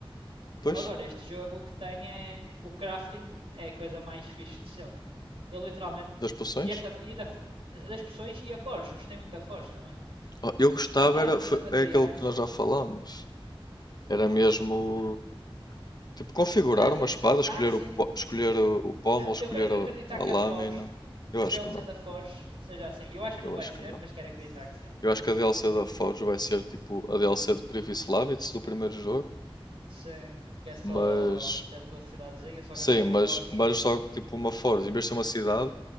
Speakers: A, on the left; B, on the right.
A: Depois,
B: Agora, este jogo o que tem é. O crafting é a coisa mais fixe de sempre. Eu literalmente.
A: das poções?
B: E esta. E da, das pessoas e a Forge, gostei muito da Forge também.
A: Oh, eu gostava,
B: Saltar
A: era,
B: a fazer
A: foi,
B: materiais.
A: é aquele que nós já falámos. Era
B: Qual?
A: mesmo Tipo, configurar
B: Ah, eu-
A: uma espada, escolher
B: ah, sim.
A: o, po- escolher o, o pommel, escolher
B: Eu quero que
A: a,
B: acreditar que
A: a lâmina.
B: a Forge,
A: Eu
B: que o
A: acho
B: DLC
A: que não.
B: da Forge seja assim. Eu acho que
A: Eu
B: não vai
A: acho
B: ser,
A: que não.
B: mas quero acreditar que sim.
A: Eu acho que a DLC da Forge vai ser tipo a DLC de Privislavits do primeiro jogo.
B: Sim, que é só
A: Mas,
B: ter a tua cidadezinha, só
A: sim,
B: que aqui é uma
A: mas,
B: Forge.
A: mas só que tipo uma Forge. Em vez de ser uma cidade,